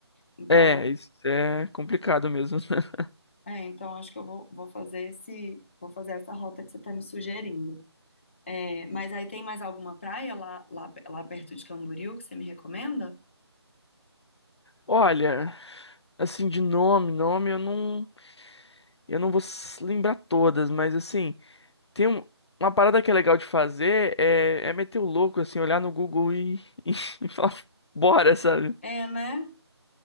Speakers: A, on the left; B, on the left.
A: Então,
B: É,
A: eu vou,
B: isso é complicado mesmo. <laughs>
A: é, então acho que eu vou, vou fazer esse, vou fazer essa rota que você tá me sugerindo. É, mas aí tem mais alguma praia lá, lá, lá perto de Camboriú que você me recomenda?
B: Olha, assim, de nome, nome eu não. Eu não vou s- lembrar todas, mas assim, tem um- uma parada que é legal de fazer é, é meter o louco, assim, olhar no Google e, <laughs> e, falar, bora, sabe? O
A: É, né?